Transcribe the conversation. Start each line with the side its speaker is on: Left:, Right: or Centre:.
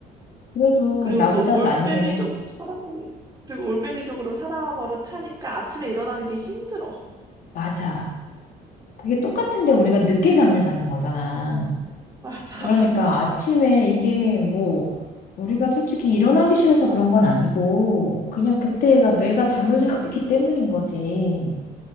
Left: 그래도
Right: 그리고
Left: 나보다
Right: 또 올빼미족으로
Left: 낫네.
Right: 살아보니, 그리고 올빼미족으로 살아버릇하니까 아침에 일어나는 게 힘들어.
Left: 맞아. 그게 똑같은데 우리가 늦게 잠을 자는 거잖아.
Right: <laughs> 맞아,
Left: 그러니까
Right: 맞아.
Left: 아침에 이게 뭐 우리가 솔직히 일어나기 싫어서 그런 건 아니고 그냥 그때가 뇌가 잠을 자고 있기 때문인 거지.